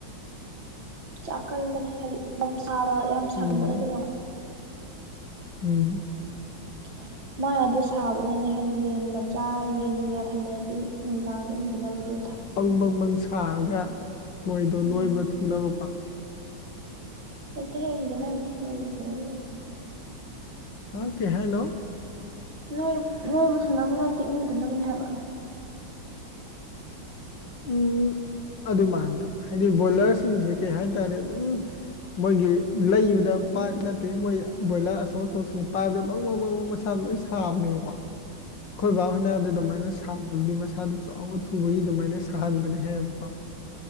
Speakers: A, on the right; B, on the left.
A: ꯆꯀꯜ ꯃ ꯍꯥꯏꯦꯗꯤ ꯃꯞ ꯆꯥꯕ ꯌꯥꯝ ꯁꯥꯒꯟꯕꯗꯣ
B: ꯎꯝ
A: ꯑꯗꯨꯅ
B: ꯎꯝ
A: <unintelligible> ꯃꯥꯏ ꯑꯗꯨ ꯁꯥꯕꯅꯅꯦ ꯍꯥꯏꯗꯤ ꯌꯦꯟ ꯃꯆꯥ ꯌꯦꯟ ꯀꯌꯥ ꯊꯝꯕꯗꯗꯤ ꯅꯨꯡꯗꯥꯡꯗ ꯏꯪꯗꯅꯕꯗꯨ
B: ꯕꯪ ꯕꯪ ꯕꯪ ꯁꯥꯔꯒ ꯃꯣꯏꯗꯣ
A: ꯎꯝ
B: ꯅꯣꯏꯕ ꯊꯨꯅꯕꯀꯣ
A: ꯅꯠꯇꯦꯍꯦ ꯏꯪꯗꯅꯕꯅꯤ ꯣꯏꯕ ꯊꯨꯅꯕ ꯅꯠꯇꯦ
B: ꯑ ꯀꯩ ꯍꯥꯏꯅꯣ
A: ꯅꯣꯏ ꯅꯣꯏꯕ ꯐꯅꯕ ꯅꯠꯇꯦ ꯏꯪꯗꯅꯕꯅꯦ ꯍꯥꯏꯕ
B: ꯎꯝ ꯑꯗꯨ ꯃꯥꯟꯅꯗꯕ ꯍꯥꯏꯗꯤ ꯕꯣꯏꯂꯔꯁꯤꯡꯁꯦ ꯀꯩ ꯍꯥꯏꯇꯥꯔꯦ ꯑꯗꯨꯝ ꯃꯣꯏꯒꯤ ꯂꯩꯕꯗ ꯄꯥꯠ ꯅꯠꯇꯦ ꯃꯣꯏ ꯕꯣꯏꯂꯔ ꯑꯁꯧ ꯁꯦ ꯄꯥꯏꯕꯗ ꯕꯪ ꯕꯪꯪ ꯕꯪ ꯃꯁꯥꯗꯣ ꯂꯣꯏ ꯁꯥꯕꯅꯦꯕꯀꯣ ꯑꯩꯈꯣꯏ ꯕꯥ ꯍꯣꯏꯅ ꯑꯗꯨ ꯑꯗꯨꯃꯥꯏꯅ ꯁꯥꯗꯨꯗꯤ ꯃꯁꯥꯗꯣ ꯆꯥꯎꯕ ꯊꯨꯕꯒꯤ ꯑꯗꯨꯃꯥꯏꯅ ꯁꯥꯍꯟꯕꯅꯦ ꯍꯥꯏꯌꯦꯕꯀꯣ